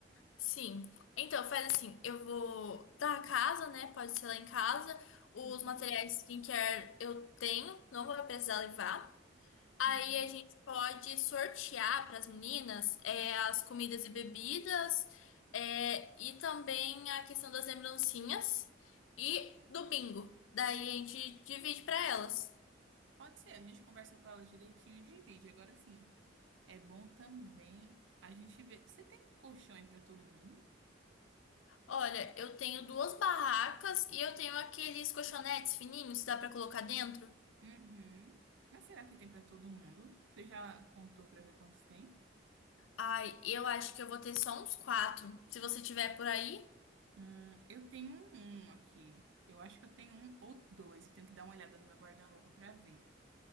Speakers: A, on the left (about 80°); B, on the right (about 70°).
A: Sim. Então, faz assim, eu vou da casa, né? Pode ser lá em casa. Os
B: Uhum,
A: materiais skincare eu tenho, não vou precisar levar. Aí
B: uhum.
A: a gente pode sortear para as meninas é, as comidas e bebidas é, e também a questão das lembrancinhas e do bingo. Daí a gente divide para elas.
B: Pode ser, a gente conversa com ela direitinho e divide. Agora sim, é bom também a gente ver. Você tem colchão aí pra todo mundo?
A: Olha, eu tenho duas barracas e eu tenho aqueles colchonetes fininhos que dá para colocar dentro.
B: Uhum. Mas será que tem para todo mundo? Você já contou para ver quantos tem?
A: Ai, eu acho que eu vou ter só uns quatro. Se você tiver por aí,
B: Hum, eu tenho um, um aqui. Eu acho que eu tenho um ou dois. Eu tenho que dar uma olhada no meu guarda-roupa para ver.